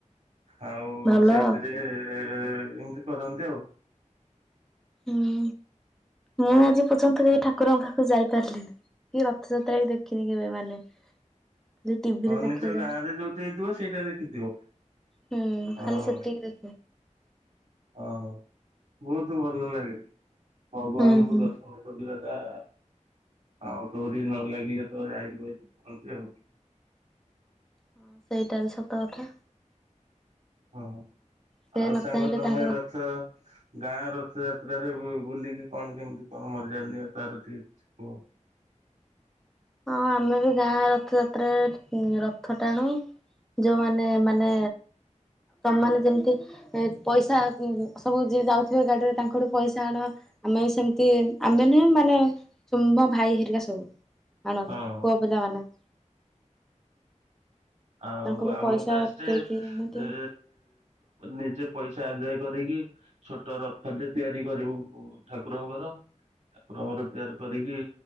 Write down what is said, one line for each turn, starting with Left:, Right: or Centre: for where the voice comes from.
Right: ଆଉ
Centre: ଭଲ
Right: ସେଇଥିରେ ଏ ଏମିତି କରନ୍ତି ଆଉ।
Centre: ହୁଁ ମୁଁ ଆଜି ପର୍ଯ୍ୟନ୍ତ କେବେ ଠାକୁରଙ୍କ ପାଖକୁ ଯାଇପାରିଲିନି। କି ରଥଯାତ୍ରା ବି ଦେଖିନି କେବେ ମାନେ। ଖାଲି ଟିଭିରେ
Right: ହଁ
Centre: ଦେଖେ
Right: ନିଜ
Centre: ଯାହା
Right: ଗାଁ ରେ ଯୋଉଠି ହେଇଥିବ ସେଇଟା ଦେଖିଥିବ
Centre: ହୁଁ
Right: ହଁ।
Centre: ଖାଲି ସେତିକି ଦେଖେ।
Right: ହଁ ବହୁତ ଭଲ ଲାଗେ। ଭଗବାନଙ୍କୁ
Centre: ହୁଁ ହୁଁ
Right: ଦର୍ଶନ କରିବା। ଆଉ ଡୋରି ନ ଲାଗିଲେ ତ ଯାଇହୁଏନି କହନ୍ତି ଆଉ।
Centre: ହଁ ସେଇଟା ବି ସତ କଥା।
Right: ହଁ
Centre: ସେ
Right: ଆଉ
Centre: ନ
Right: ସାଙ୍ଗ
Centre: ଚାହିଁଲେ
Right: ତମେ
Centre: ତାଙ୍କ ପାଖ
Right: ରଥ ଗାଁ ରଥ ଯ ଯାତ୍ରା ରେ ବୁଲିକି କଣ କେମିତି କଣ ମଜା ନିିବ ତାର ଟିକେ କିଛି କୁହ।
Centre: ହଁ ଆମେ ବି ଗାଁ ରଥଯାତ୍ରାରେ ରଥ ଟାଣୁ ଯୋଉମାନେ ମାନେ ତମାନେ ଯେମିତି ପଇସା ସବୁ ଯି ଯାଉଥିବେ ଗାଡିରେ ତାଙ୍କଠୁ ପଇସା ଆଣ ଆମେ ବି ସେମିତି ଆମେ ନୁହେ ମାନେ ଚୁମ ଭାଇ ହେରିକା ସବୁ ଆଣନ୍ତି
Right: ହଁ
Centre: ପୁଅ ପିଲାମାନେ
Right: ଆଉ
Centre: ତାଙ୍କଠୁ
Right: ଆମେ
Centre: ପଇସା
Right: ଫାଷ୍ଟ ଏ
Centre: କେହି କେହି ଆଣନ୍ତି।
Right: ନିଜେ ପଇସା ଆଦାୟ କରିକି ଛୋଟ ରଥଟେ ତିଆରି କରିବୁ ଠାକୁରଙ୍କର ଠାକୁରଙ୍କର ତିଆରି କରିକି